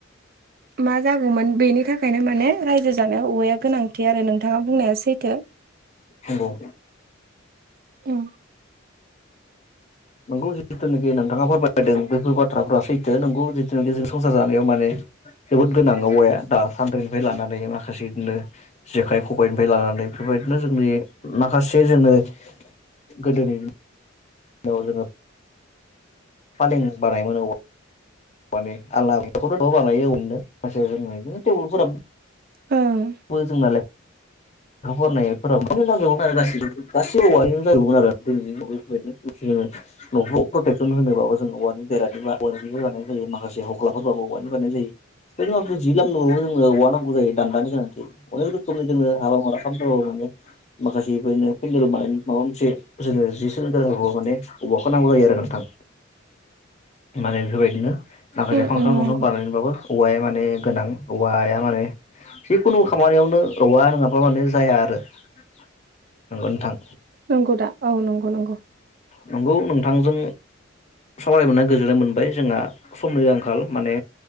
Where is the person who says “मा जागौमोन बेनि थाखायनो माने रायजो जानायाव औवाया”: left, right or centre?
Right